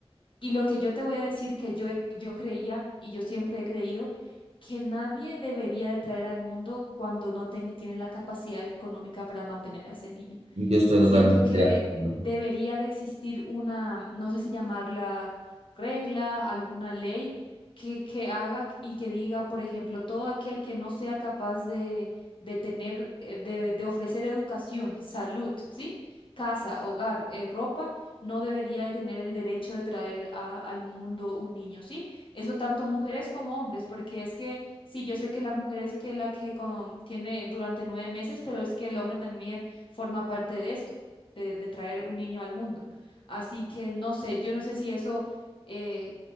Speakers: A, on the left (about 55°); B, on the right (about 80°).
A: Y lo que yo te voy a decir que yo, he- yo creía y yo siempre he creído que nadie debería de traer al mundo cuando no ten- tiene la capacidad económica para mantener a ese niño.
B: Yo estoy
A: Siento
B: totalmente
A: que
B: de acuerdo.
A: debería de existir una, no sé si llamarla regla, alguna ley que, que haga y que diga, por ejemplo, todo aquel que no sea capaz de, de tener, eh, de, de ofrecer educación, salud, ¿sí? Casa, hogar, eh, ropa, no debería de tener el derecho de traer a- al mundo un niño, ¿sí? Eso tanto mujeres como hombres, porque es que... Sí, yo sé que la mujer es que la que con- tiene durante nueve meses, pero es que el hombre también forma parte de esto, de, de traer un niño al mundo. Así que no sé, yo no sé si eso, eh,